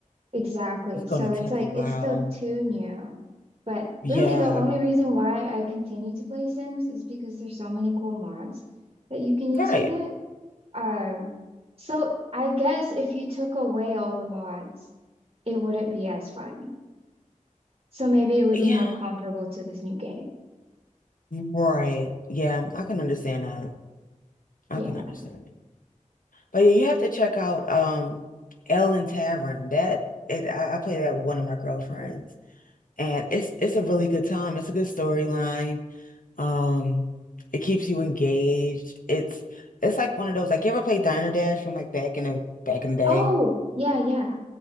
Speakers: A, on the right; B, on the left.
A: exactly.
B: It's gonna
A: So
B: take
A: it's like
B: a while.
A: it's still too new. But
B: Yeah,
A: really the only reason why I continue to play Sims is because there's so many cool mods that you can
B: right.
A: use with it. Um, so I guess if you took away all the mods, it wouldn't be as fun. So maybe it would
B: Yeah,
A: be more comparable to this new game.
B: right. Yeah, I can understand that. I
A: Yeah.
B: can understand But yeah, you have to check out um Ellen Tavern. That it I, I play that with one of my girlfriends and it's it's a really good time. It's a good storyline. Um it keeps you engaged. It's it's like one of those like you ever play Diner Dash from like back in the back in the day?
A: Oh, yeah, yeah.